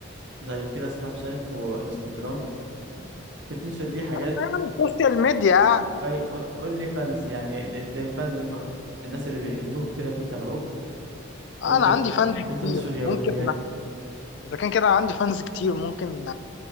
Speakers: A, on the right; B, on the left.
A: زي كده سناب شات وانستجرام بتنشر ليه حاجات
B: يعني السوشيال ميديا
A: اي اونلي فانز يعني ل- للفانز فقط الناس اللي بيحبوك كده بيتابعوك وانت
B: أنا عندي
A: ب-
B: فانز كتير
A: بتنشر يومياتك
B: ممكن إذا كان كده عندي فانز كتير ممكن